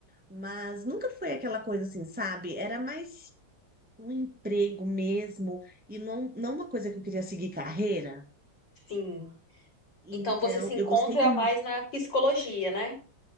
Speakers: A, in the centre; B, on the left.
A: mas nunca foi aquela coisa assim, sabe? Era mais um emprego mesmo, e não, não uma coisa que eu queria seguir carreira.
B: Sim.
A: Então,
B: Então você se encontra
A: eu gostei muito.
B: mais na psicologia, né?